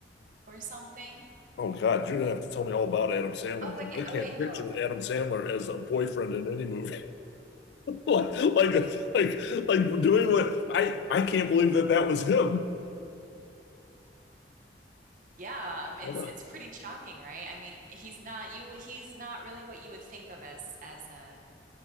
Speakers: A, on the right (about 50°); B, on the left (about 65°).
A: or something.
B: Oh God, you're gonna have to tell me all about Adam Sandler.
A: Oh wait,
B: I can't
A: oh wait, no.
B: picture Adam Sandler as a boyfriend in any movie. <laughs> like, like, like, like doing what I I can't believe that that was him.
A: Yeah, um, it's
B: What a
A: it's pretty shocking, right? I mean, he's not you. He's not really what you would think of as as a